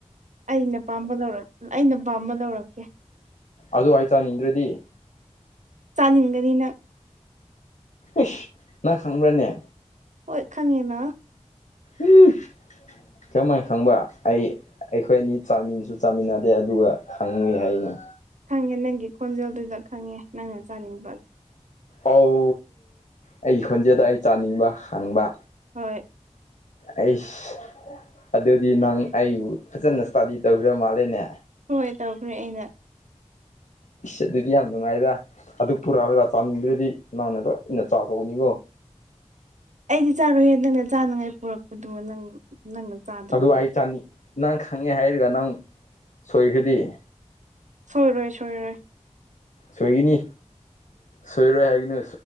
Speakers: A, on the right; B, on the left.
A: ꯑꯩꯅ ꯄꯥꯝꯕ ꯂꯧꯔ ꯑꯩꯅ ꯄꯥꯝꯕ ꯂꯧꯔꯛꯀꯦ
B: ꯑꯗꯨ ꯑꯩ ꯆꯥꯅꯤꯡꯗ꯭ꯔꯗꯤ
A: ꯆꯥꯅꯤꯡꯒꯅꯤꯅ
B: ꯏꯁ ꯅꯪ ꯈꯪꯕ꯭ꯔꯥꯅꯦ
A: ꯍꯣꯏ ꯈꯪꯉꯦꯅ
B: ꯎꯝ ꯀꯃꯥꯏ ꯈꯪꯕ ꯑꯩ ꯑꯩꯈꯣꯏ ꯑꯅꯤ ꯆꯥꯃꯤꯟꯁꯨ ꯆꯥꯃꯤꯟꯅꯗꯦ ꯑꯗꯨꯒ ꯈꯪꯉꯏ ꯍꯥꯏꯅꯤ
A: ꯈꯪꯉꯦ ꯅꯪꯒꯤ ꯈꯣꯟꯖꯦꯜꯗꯨꯗ ꯈꯪꯉꯦ ꯅꯪꯅ ꯆꯥꯅꯤꯡꯕꯣ
B: ꯑꯣ ꯑꯩꯒꯤ ꯈꯣꯟꯖꯦꯜꯗ ꯑꯩ ꯆꯥꯅꯤꯡꯕ ꯍꯪꯕ
A: ꯍꯣꯏ
B: ꯑꯩꯁ ꯑꯗꯨꯗꯤ ꯅꯪ ꯑꯩꯕꯨ ꯐꯖꯅ ꯏꯁꯇꯥꯗꯤ ꯇꯧꯈ꯭ꯔ ꯃꯥꯜꯂꯦꯅꯦ
A: ꯍꯣꯏ ꯇꯧꯈ꯭ꯔꯦ ꯑꯩꯅ
B: ꯑ ꯑꯗꯨꯗꯤ ꯌꯥꯝ ꯅꯨꯡꯉꯥꯏꯗ ꯑꯗꯨ ꯄꯨꯔꯛꯑꯂꯒ ꯆꯥꯅꯤꯡꯗ꯭ꯔꯗꯤ ꯅꯪꯅ ꯂ ꯏꯟꯅ ꯆꯥꯊꯣꯛꯑꯅꯤꯀꯣ
A: ꯑꯩꯗꯤ ꯆꯥꯔꯣꯏꯍꯦ ꯅꯪꯅ ꯆꯥꯅꯉꯥꯏ ꯄꯨꯔꯛꯄꯗꯨꯃ ꯅꯪ ꯅꯪꯅ ꯆꯥꯗ꯭ꯔꯗꯤ
B: ꯑꯗꯨ ꯑꯩ ꯆꯥꯅꯤꯡ ꯅꯪ ꯈꯪꯉꯦ ꯍꯥꯏꯔꯒ ꯅꯪ ꯁꯣꯏꯈ꯭ꯔꯗꯤ
A: ꯁꯣꯏꯔꯣꯏ ꯁꯣꯏꯔꯣꯏ
B: ꯁꯣꯏꯒꯤꯅꯤ ꯁꯣꯏꯔꯣꯏ ꯍꯥꯏꯒꯅꯨ